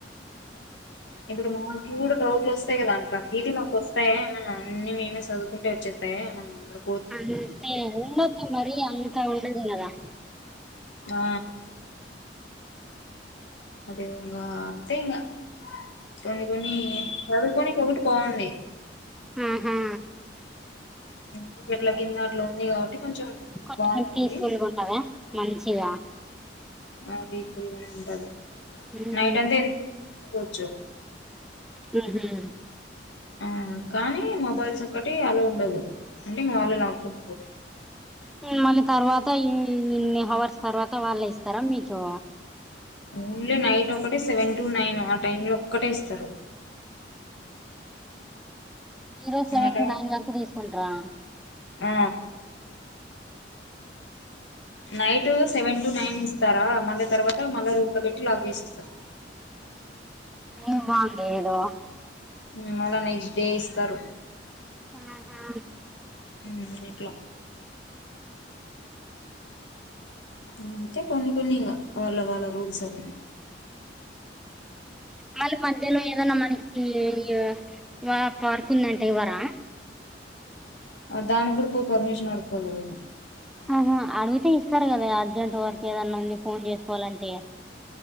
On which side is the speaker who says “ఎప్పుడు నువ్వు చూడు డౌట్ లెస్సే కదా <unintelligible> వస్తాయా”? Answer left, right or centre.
Left